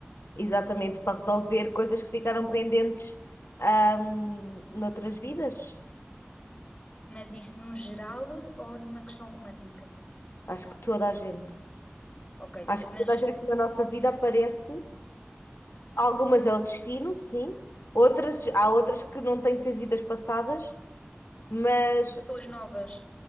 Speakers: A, on the left; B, on the left.
A: exatamente, para resolver coisas que ficaram pendentes, ahm, noutras vidas.
B: Mas isso num geral ou numa questão romântica?
A: Acho que toda a gente.
B: Ok,
A: Acho que
B: mas
A: toda a gente na nossa vida aparece. Algumas é o destino, sim. Outras, há outras que não têm que ser de vidas passadas, mas
B: pessoas novas,